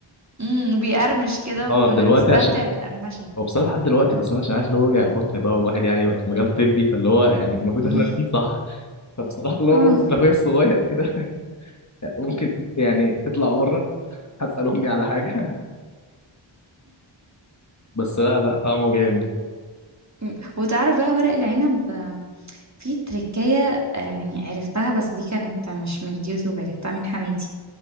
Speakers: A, on the right; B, on the left.
A: امم بيقرمش كده
B: اه
A: وكنا
B: دلوقتي
A: بنستمتع
B: عشان
A: بالقرمشة
B: هو بصراحه لحد دلوقتي بس انا عشان عارف اللي هو وجع البطن بقى والواحد يعني بقى في مجال طبي فاللي هو يعني المفروض
A: <laughs>
B: احنا
A: مم.
B: ليه صح فبصراحه اللي
A: آه.
B: هو بطن اخويا الصغير كده <laughs> ممكن يعني تطلع بره هسال امي على حاجه <laughs> بس لا لا طعمه جامد
A: مم. وتعرف بقى ورق العنب آه، في تركية يعني عرفتها بس دي كانت مش من اليوتيوب عرفتها من حماتي